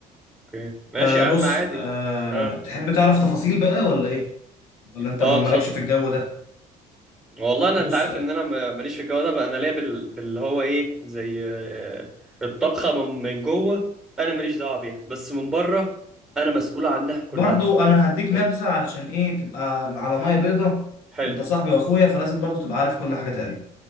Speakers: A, in the centre; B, on the left.
A: اوكي ماشي
B: فبص
A: يا عم عادي
B: أه
A: اه
B: تحب تعرف تفاصيل بقى ولا ايه ولا انت
A: اه
B: ما-
A: اتفضل
B: مالكش في الجو ده
A: والله انا
B: بص
A: انت عارف
B: آه،
A: ان انا ما- ماليش في الجو ده بقى انا ليا بال... باللي هو ايه زي آه، الطبخه من من جوه انا ماليش دعوه بيها بس من بره انا مسؤول عنها كلها
B: برضو انا هديك
A: و-
B: نبذة علشان ايه تبقى على مية بيضة
A: حلو
B: انت صاحبي واخويا فلازم برضو تبقى عارف كل حاجة تقريبا